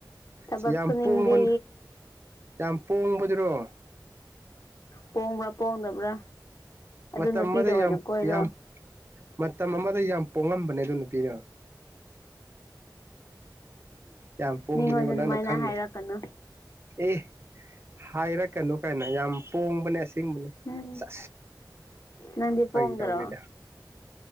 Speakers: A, on the left; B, on the right.
A: ꯇꯕꯛꯁꯨꯅꯤꯡꯕꯤ
B: ꯁꯤ ꯌꯥꯝ ꯄꯣꯡꯕ ꯌꯥꯝ ꯄꯣꯡꯕꯗꯨꯔꯣ
A: ꯄꯣꯡꯕ꯭ꯔꯥ ꯄꯣꯡꯗꯕ꯭ꯔꯥ ꯑꯗꯨ
B: ꯃꯇꯝ
A: ꯅꯨꯄꯤꯗ
B: ꯑꯃꯗ ꯌꯥꯝ
A: ꯑꯣꯏꯅ ꯀꯣꯏꯔꯣ
B: ꯌꯥꯝ ꯃꯇꯝ ꯑꯃꯗ ꯌꯥꯝ ꯄꯣꯛꯂꯝꯕꯅꯦ ꯑꯗꯨ ꯅꯨꯄꯤꯗꯨ ꯌꯥꯝ ꯄꯣꯡꯕꯅꯦꯕ
A: ꯃꯤꯉꯣꯟꯗ ꯑꯗꯨꯃꯥꯏꯅ
B: ꯅꯪꯅ ꯈꯪꯗꯦ
A: ꯍꯥꯏꯔꯛꯀꯅꯨ
B: ꯑꯦ ꯍꯥꯏꯔꯛ ꯀꯅꯨ ꯀꯥꯏꯅ ꯌꯥꯝ ꯄꯣꯡꯕꯅꯦ ꯑꯁꯦꯡꯕꯅꯦ
A: ꯎꯝ
B: ꯑꯁ
A: ꯅꯪꯗꯤ ꯄꯣꯡꯗ꯭ꯔꯣ
B: ꯐꯒꯤ ꯇꯧꯕꯅꯦꯗ